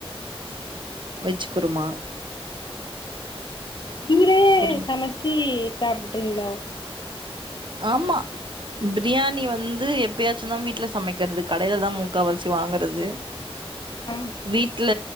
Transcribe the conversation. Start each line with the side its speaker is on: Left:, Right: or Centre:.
Right: வெஜ் குருமா
Left: இவிளே <unintelligible>
Right: புரி
Left: மச்சி சாப்ட்ரீங்கலோ
Right: ஆமா பிரியாணி வந்து எப்பயாச்சுந்தா வீட்டுல சமைக்கிறது கடையிலதா முக்காவாசி வாங்கறது
Left: ஆ
Right: வீட்ல